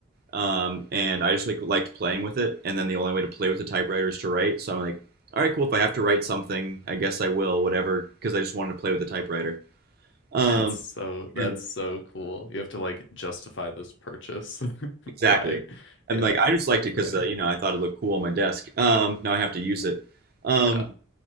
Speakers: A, on the right; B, on the left.
A: um, and I just like liked playing with it. And then the only way to play with a typewriter is to write. So I'm like, all right, cool. If I have to write something, I guess I will, whatever, because I just wanted to play with the typewriter.
B: <laughs>
A: Um,
B: That's so that's
A: and
B: so cool. You have to like justify this purchase <laughs>
A: exactly,
B: by
A: and
B: yeah,
A: like I just liked it
B: writing.
A: because uh, you know I thought it looked cool on my desk. Um, now I have to use it. Um,
B: Yeah.